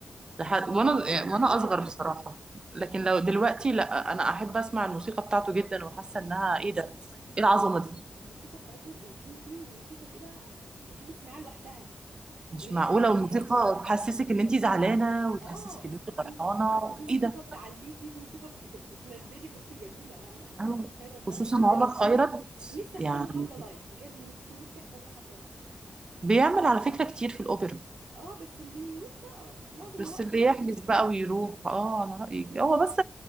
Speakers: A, on the right; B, on the right.
A: لحد
B: ليه
A: وأنا
B: حرام عليكي
A: وأنا أصغر بصراحة لكن لو دلوقتي لا أنا أحب أسمع الموسيقى بتاعته جدا وحاسة
B: بالظبط
A: إنها
B: يعني
A: إيه ده
B: ده بحس
A: إيه العظمة
B: ان الموسيقى
A: دي.
B: الموسيقى بتاعته في في موسيقى كده تحبي تسمعيها لوحدها
A: مش
B: من غير
A: معقولة
B: كلمات
A: والموسيقى
B: ومن غير
A: تحسسك ان انت زعلانة وتحسسك
B: اه
A: ان انت
B: و-
A: فرحانة
B: وفي موسيقى
A: ايه ده
B: بتعليكي في موسيقى بتك... بتنزلك بصي جميله لا لا لا
A: أو
B: ده عمرو خيرت ده
A: خصوصا
B: نفسي
A: عمر خيرت
B: نفسي احضر
A: يعني
B: له حفله لايف بجد نفسي نفسي احضر له حفله لايف
A: بيعمل على فكرة كتير في الأوبرا
B: اه بس اللي يروح بقى معظم
A: بس
B: الوقت
A: اللي
B: ما
A: يحجز
B: بتظبطش
A: بقى ويروح اه انا
B: ما
A: رأيك
B: بتظبطش
A: هو بس